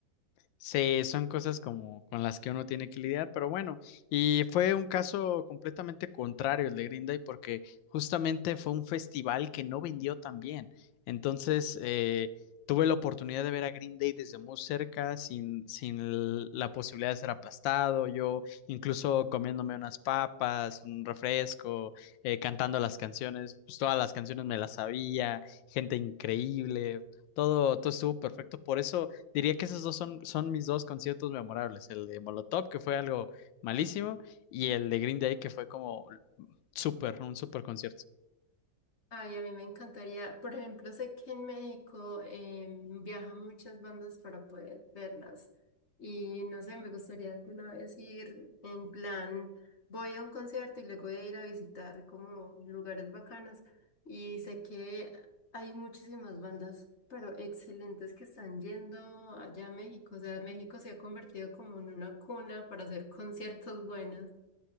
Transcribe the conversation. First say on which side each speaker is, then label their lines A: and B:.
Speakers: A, on the left; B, on the left.
A: Sí, son cosas como con las que uno tiene que lidiar, pero bueno, y fue un caso completamente contrario el de Green Day porque justamente fue un festival que no vendió tan bien. Entonces, eh, tuve la oportunidad de ver a Green Day desde muy cerca, sin, sin l- la posibilidad de ser aplastado, yo incluso comiéndome unas papas, un refresco, eh, cantando las canciones, pues todas las canciones me las sabía, gente increíble, todo, todo estuvo perfecto, por eso... Diría que esos dos son, son mis dos conciertos memorables, el de Molotov, que fue algo malísimo, y el de Green Day, que fue como súper, un súper concierto.
B: Ay, a mí me encantaría. Por ejemplo, sé que en México em, viajan muchas bandas para poder verlas. Y no sé, me gustaría alguna vez ir en plan, voy a un concierto y luego voy a ir a visitar como lugares bacanos. Y sé que hay muchísimas bandas, pero excelentes que están yendo allá a México. O sea, México se ha convertido como en una cuna para hacer conciertos buenos.